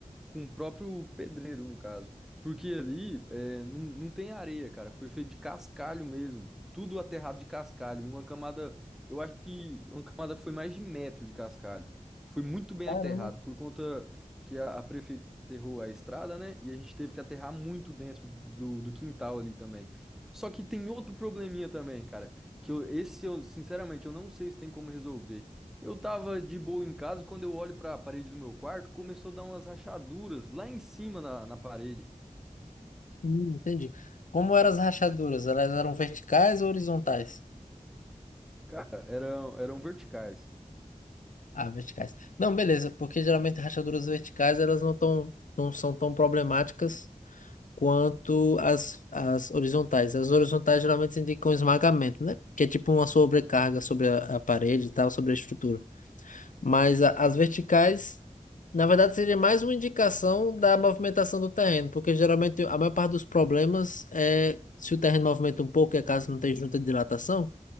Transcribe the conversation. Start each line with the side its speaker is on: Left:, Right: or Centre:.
Centre: com o próprio pedreiro, no caso. Porque ali é, não, não tem areia, cara. Foi feito de cascalho mesmo. Tudo aterrado de cascalho. E uma camada, eu acho que uma camada foi mais de metro de cascalho. Foi muito bem
Left: Caramba.
Centre: aterrado, por conta que a, a prefeitura aterrou a estrada, né? E a gente teve que aterrar muito dentro do, do quintal ali também. Só que tem outro probleminha também, cara. Que eu, esse eu, sinceramente, eu não sei se tem como resolver. Eu tava de boa em casa, quando eu olho pra parede do meu quarto, começou a dar umas rachaduras lá em cima na, na parede.
Left: Hum, entendi. Como eram as rachaduras? Elas eram verticais ou horizontais?
Centre: Cara, eram, eram verticais.
Left: Ah, verticais. Não, beleza, porque geralmente rachaduras verticais elas não tão, não são tão problemáticas quanto as, as horizontais. As horizontais geralmente indicam um esmagamento, né? Que é tipo uma sobrecarga sobre a, a parede e tal, sobre a estrutura. Mas a- as verticais, na verdade, seria mais uma indicação da movimentação do terreno, porque geralmente a maior parte dos problemas é se o terreno movimenta um pouco e a casa não tem junta de dilatação,